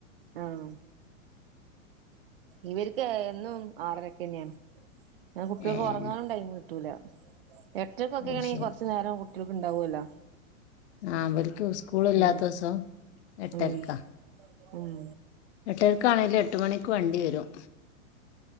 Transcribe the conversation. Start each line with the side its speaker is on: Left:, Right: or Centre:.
Right: ആഹ ഇവര്ക്ക് എന്നും ആറരക്കന്നെയാണ്. കുട്ടികൾക്ക്
Left: ഏഹ്
Right: ഉറങ്ങാനും ടൈം കിട്ടൂല. എട്ടരയ്ക്കൊക്കെ
Left: അത്
Right: ണെങ്കിൽ
Left: ശരി
Right: കുറച്ചു നേരം കുട്ടികൾക്ക് ഉണ്ടാവുലാ.
Left: ആ അവര്ക് ഉസ്കൂളില്ലാത്ത
Right: ഉം
Left: ദിവസം എട്ടരക്ക.
Right: ഉം ഉം
Left: എട്ടേരക്കാണെലും എട്ട് മണിക്ക് വണ്ടി വരും.